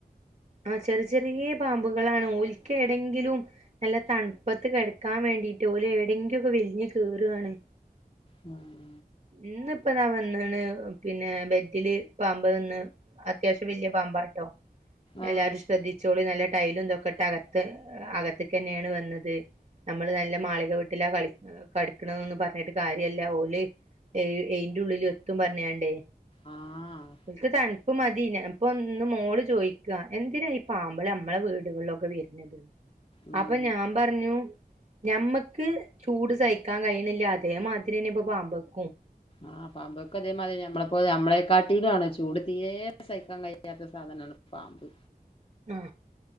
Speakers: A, on the right; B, on the left.
A: ആഹ് ചെർ ചെറീയ പാമ്പുകളാണ് ഓൽക്കെവ്ടെങ്കിലും നല്ല തണുപ്പത്ത് കെടക്കാൻ വേണ്ടിട്ട് ഓലെവിങ്കെക്കെവെല്ഞ്ഞ് കേറാണ്.
B: ഉം.
A: ന്ന് പ്പ ഞാ വന്ന്ണ് പിന്നെ ബെഡില് പാമ്പ് നിന്ന് അത്യാശ്യം വല്യ പാമ്പാട്ടോ.
B: ആഹ്
A: എല്ലാരും ശ്രദ്ധിച്ചോളി നല്ല ടൈലും തൊക്കെട്ട് അകത്ത് അകത്തേക്കെന്നേണ് വന്നത്. നമ്മള് നല്ല മാളിക വീട്ടിലാ കളിക്ക കടിക്കണൊന്ന് പറഞ്ഞിട്ട് കാര്യല്ല ഓല് എഴ് എയ്ന്റെ ഉള്ളിലു എത്തും പറഞ്ഞാണ്ടേ
B: ആഹ്
A: ൽക്ക് തണുപ്പ് മതി ഇപ്പോന്ന് മോള് ചോയ് ക്ക എന്തിനാ ഈ പാമ്പള് മ്മളെ വീട്കളിലൊക്കെ വെര്ന്നത്
B: ഉം
A: അപ്പം ഞാൻ പറഞ്ഞു ഞമ്മക്ക് ചൂട് സഹിക്കാൻ കഴിയണില്ല അതേമാതിരെന്നെ പ്പൊ പാമ്പെക്കും
B: ആഹ് പാമ്പൊക്കെ അതേമാതിരി നമ്മളപ്പോലെ നമ്മളെകാട്ടിലു ആണ്ചൂട് തീരെ സഹിക്കാൻ കഴ്യാത്ത സാധന നാണ് പാമ്പ്
A: ഉം